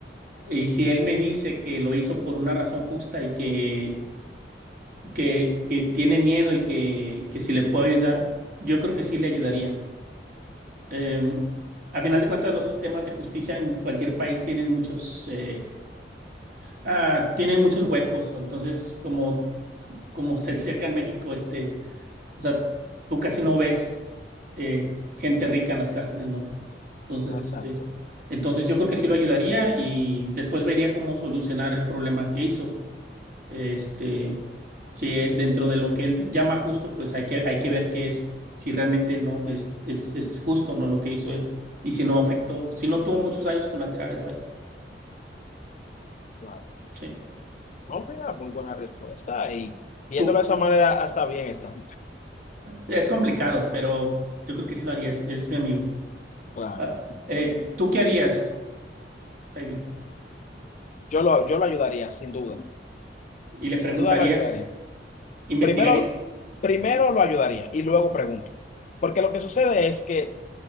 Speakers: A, on the right; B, on the left.
A: Y si él me dice que lo hizo por una razón justa y que, que, que tiene miedo y que, que si le puedo ayudar, yo creo que sí le ayudaría. Eh, a final de cuentas, los sistemas de justicia en cualquier país tienen muchos, eh, ah, tienen muchos huecos. O Entonces, como, como se dice acá en México, este, o sea, tú casi no ves eh, gente rica en las cárceles, ¿no? Entonces,
B: Exacto.
A: este, entonces yo creo que sí lo ayudaría y después vería cómo solucionar el problema que hizo Este, si eh, dentro de lo que él llama justo, pues hay que, hay que ver qué es, si realmente no es, es, es justo, ¿no? Lo que hizo él, y si no afectó, si no tuvo muchos daños colaterales, vaya.
B: Vale.
A: Sí.
B: No, mira, muy buena respuesta. Y viéndolo
A: Tú,
B: de esa manera, hasta bien está.
A: es complicado, pero yo creo que sí lo haría, es, es mi amigo.
B: Claro.
A: Ah, eh, ¿tú qué harías, baby?
B: Yo lo, yo lo ayudaría, sin duda.
A: Y le
B: Sin
A: preguntarías,
B: duda lo ayudaría.
A: investigaría
B: Primero, primero lo ayudaría y luego pregunto. Porque lo que sucede es que,